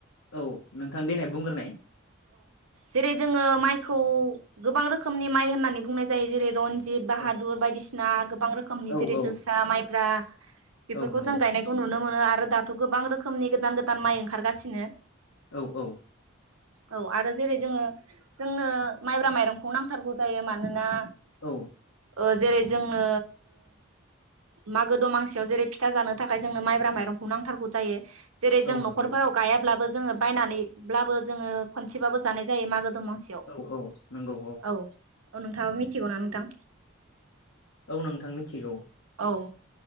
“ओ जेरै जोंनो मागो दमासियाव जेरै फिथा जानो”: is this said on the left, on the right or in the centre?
Right